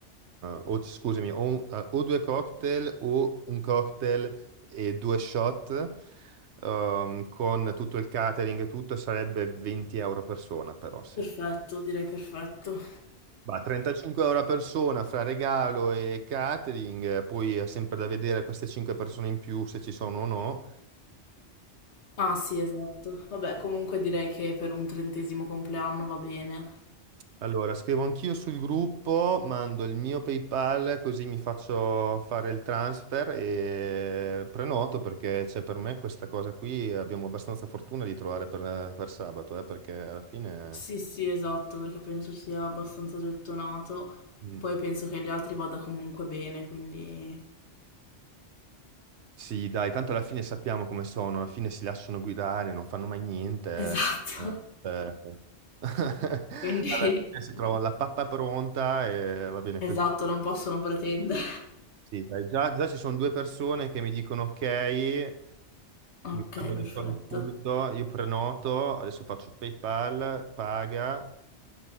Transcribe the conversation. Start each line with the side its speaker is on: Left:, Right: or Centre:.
Right: o scusami, o, un- eh, o due cocktail o un cocktail e due shot ehm, con tutto il catering e tutto sarebbe 20 euro a persona però sì.
Left: Perfetto, direi perfetto.
Right: Bah, 35 euro a persona fra regalo e catering, eh, poi è sempre da vedere queste 5 persone in più se ci sono o no.
Left: Ah, sì, esatto. Vabbè, comunque direi che per un trentesimo compleanno va bene.
Right: Allora, scrivo anch'io sul gruppo, mando il mio PayPal così mi faccio fare il transfer e prenoto perché c'è per me questa cosa qui, abbiamo abbastanza fortuna di trovare per, per sabato, eh, perché alla fine...
Left: Sì, sì, esatto, perché penso sia abbastanza gettonato.
Right: Mm.
Left: Poi penso che agli altri vada comunque bene, quindi...
Right: Sì, dai, tanto alla fine sappiamo come sono, alla fine si lasciano guidare, non fanno mai niente.
Left: Esatto.
Right: eh, eh. <laughs> Alla
Left: <laughs> Quindi...
Right: fine si trovano la pappa pronta e va bene
Left: Esatto,
Right: così.
Left: non possono pretendere.
Right: Sì, dai, già, già ci sono due persone che mi dicono ok,
Left: Ok,
Right: mi mandano
Left: perfetto.
Right: i soldi subito, io prenoto, adesso faccio PayPal, paga,